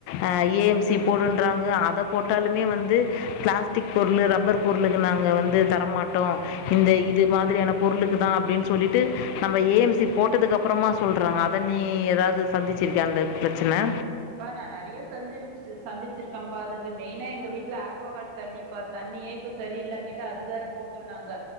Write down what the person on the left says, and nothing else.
ஆ ஏ எம் சி போடுன்றாங்க அத போட்டாலுமே வந்து ப்ளாஸ்டிக் பொருளு ரப்பர் பொருளுக்கு நாங்க வந்து தரமாட்டோ இந்த இது மாதிரியான பொருளுக்கு தா அப்டின் சொல்லிட்டு நம்ம ஏ எம் சி போட்டதுக்கப்பறமா சொல்றாங்க அத நீ ஏதாவ்து சந்திச்சிருக்கியா அந்த ப்ரச்சன